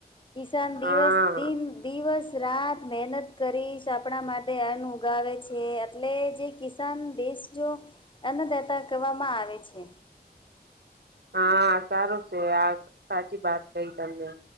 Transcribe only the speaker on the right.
હા
હા સારું છે આ સાચી વાત કઈ તમને.